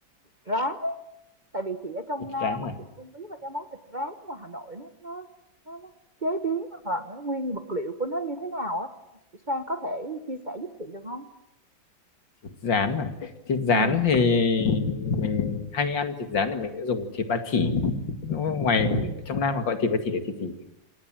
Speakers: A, on the right; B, on the left.
A: rán tại vì chị ở trong
B: Thịt
A: Nam
B: rán
A: á,
B: à?
A: chị không biết là cái món thịt rán ngoài Hà Nội nó nó nó nó chế biến hoặc là cái nguyên vật liệu của nó như thế nào á. Chị Sang có thể chia sẻ giúp chị được không?
B: Thịt rán à? Thịt rán
A: ừ
B: thì mình hay ăn thịt rán thì mình sẽ dùng thịt ba chỉ. Đúng không? Ngoài
A: ừ
B: trong Nam mà gọi thịt ba chỉ là thịt gì?